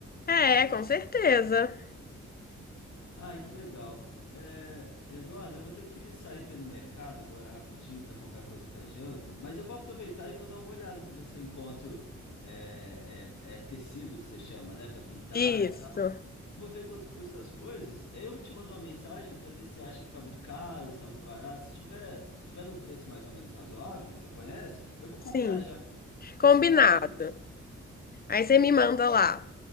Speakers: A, on the left; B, on the left.
A: É,
B: Igual vai.
A: com certeza.
B: Ai, que legal. É, Eduardo, eu vou ter que sair para ir no mercado agora rapidinho para comprar coisa para janta, mas eu vou aproveitar e vou dar uma olhada para ver se eu encontro é, é, é, tecido que você chama, né, para pintar
A: Isso.
B: e tal. Vou ver quanto custa as coisas. Aí eu te mando uma mensagem para ver se você acha que está muito caro, se está muito barato. Se tiver, se tiver num preço mais ou menos razoável, que você conhece, eu vou
A: Sim.
B: comprar já.
A: Combinado.
B: Aí você me dá dicas.
A: Aí você me manda lá.